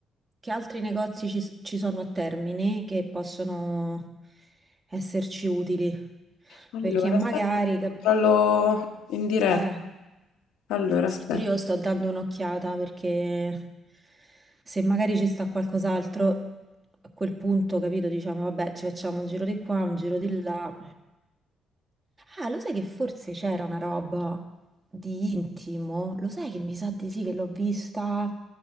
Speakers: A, on the right (about 25°); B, on the left (about 85°).
A: che altri negozi ci, s- ci sono a Termini che possono esserci utili,
B: Allora,
A: perché magari,
B: aspetta, che
A: capi-
B: controllo in diretta.
A: eh,
B: Allora,
A: sì,
B: aspetta.
A: pure io sto dando un'occhiata perché se magari ci sta qualcos'altro, a quel punto, capito, diciamo, vabbè, ci facciamo un giro di qua, un giro di là. Ah, lo sai che forse c'era una roba di intimo? Lo sai che mi sa di sì, che l'ho vista